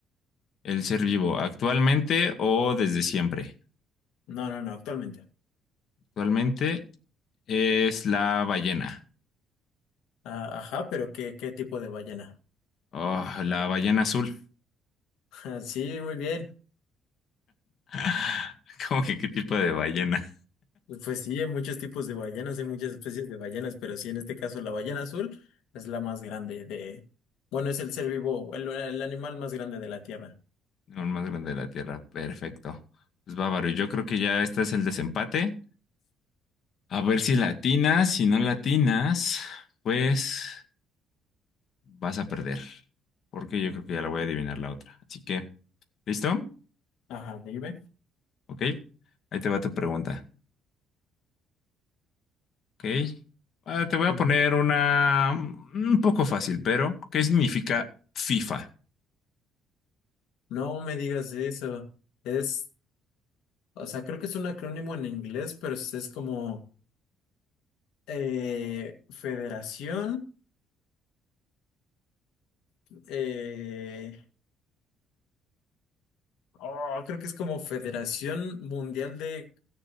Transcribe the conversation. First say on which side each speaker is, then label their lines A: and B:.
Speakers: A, on the left; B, on the left.
A: El ser vivo, ¿actualmente o desde siempre?
B: No, no, no, actualmente.
A: Actualmente es la ballena.
B: Ah, ajá, pero ¿qué, qué tipo de ballena?
A: Oh, la ballena azul.
B: <laughs> Ah, Sí, muy bien.
A: <laughs> ¿Cómo que qué tipo de ballena?
B: Pues sí, hay muchos tipos de ballenas, hay muchas especies de ballenas, pero sí, en este caso la ballena azul es la más grande de... Bueno, es el ser vivo, el el animal más grande de la Tierra.
A: Aún más grande de la Tierra. Perfecto. Pues bávaro, yo creo que ya este es el desempate. A ver si latinas, si no latinas, pues vas a perder. Porque yo creo que ya la voy a adivinar la otra. Así que, ¿listo?
B: Ajá, dime.
A: Ok. Ahí te va tu pregunta. Ok. Ah, te voy a
B: Ujú.
A: poner una mm, un poco fácil, pero ¿qué significa FIFA?
B: No me digas eso. Es, o sea, creo que es un acrónimo en inglés, pero es, es como eh, Federación. eh, oh, creo que es como Federación Mundial de